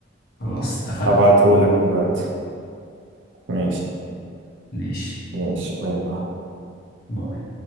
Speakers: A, on the left; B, on the right.
A: خلاص اتفقنا
B: هبعتهولك دلوقتي ماشي
A: ماشي
B: ماشي باي باي
A: باي.